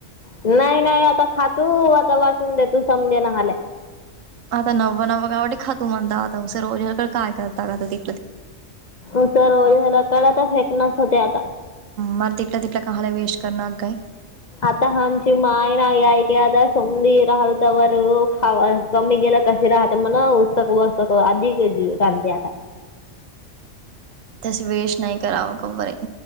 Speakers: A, on the left; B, on the right.
A: नाही नाही आता खा तू आता वाटून देतो समद्या नला
B: आता नवा नवा कावडी खा सर्व जण काय करता की
A: उतार वय झालं की होतय आता
B: मग <unintelligible>
A: आता आमची माय नाय <unintelligible>
B: <unintelligible>